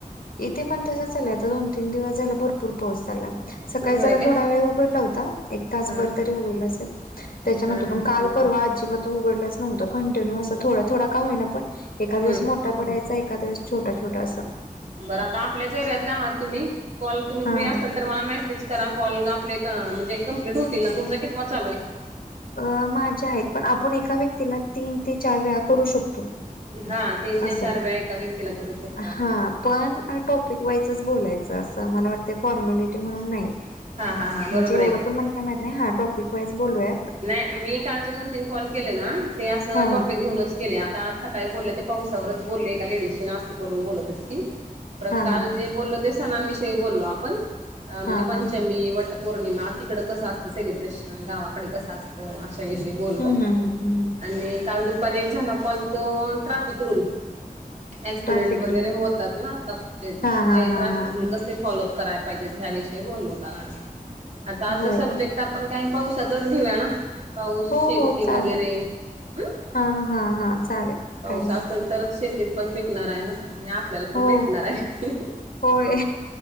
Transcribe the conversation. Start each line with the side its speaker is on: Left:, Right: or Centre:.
Left: इथे पण तसंच चालय आता दोन तीन दिवस झाला. भरपूर पाऊस झाला. सकाळी
Right: होय
Left: जरा
Right: काय
Left: थोडा वेळ उघडला होता. एक तासभर
Right: हा
Left: तरी उघड असेल त्याच्यानंतर
Right: हा हा
Left: प काल व अजिबात तो उघडलाच नव्हता, कंटिन्यू अस थोडा थोडा का होईना, पण एखादा
Right: हम्म
Left: दिवस मोठा पडयचा एखादा दिवस छोटा छोटासा
Right: बरं आता आपल्याच्या एरियातला आहात तुम्ही कॉल तुम्ही
Left: हा
Right: फ्री असाल
Left: हा
Right: तर मला मेसेज करा. कॉल ग आप का म्हणजे कंप्लीट होतील ना तुमचा कितवा चालू आहे.
Left: अ माझ्या आहेत. पण आपण एका व्यक्तीला तीन ते चार वेळा करू शकतो.
Right: हा तीन ते
Left: अस
Right: चार वेळा एका व्यक्तीला करू शकतो
Left: हा
Right: आपण
Left: पण टॉपिक वाईजच बोलायचं. असं मला वाटतं फॉर्मलिटी म्हणून नाही.
Right: हा हा हा बरोबर
Left: म्हणजे एवढं
Right: आहे
Left: पण मला काय माहित नाही हा टॉपिक वाईज बोलूया.
Right: नाही मी कालचे दोन तीन कॉल केले ना ते असं
Left: हा
Right: टॉपिक
Left: हा
Right: घेऊनच केले आता आज सकाळी बोलले ते पाहू परत बोलले एक लेडीजशी आज ते करून बोलत होती. ती परत
Left: हा
Right: काल
Left: हा हा
Right: जे बोलले ते सणांविषयी बोलो आपण म्हणजे
Left: हा
Right: पंचमी
Left: हा ह
Right: वटपौर्णिमा तिकड कसं असतं सेलिब्रेशन गावा कड कस असत अशाविषयी बोलो
Left: हम्म हम्म हम्म हम्म हम्म
Right: आणि काल दुपारी एक झाला कॉल तो traffic rule accident
Left: traffic
Right: वगैरे
Left: law
Right: होतात ना आताचे
Left: हा
Right: मग
Left: हा
Right: ते
Left: हा
Right: ट्रॅफिक
Left: हा
Right: रूल
Left: हा
Right: कसे फॉलोप कराय. विषयी बोललो काल आम्ही आता आजचा
Left: होय
Right: सब्जेक्ट आपण काय पावसा ठेऊ या ना पाऊस,
Left: हो
Right: शेती
Left: हो चालेल
Right: वगैरे हम
Left: हा हा हा चालेल
Right: पाऊस
Left: काही नाही
Right: असल
Left: प्रॉब्लेम
Right: तरच, शेतीत पण पिकणार आहे ना. आणि आपल्याला पण
Left: हो
Right: भेटणार आहे.
Left: होय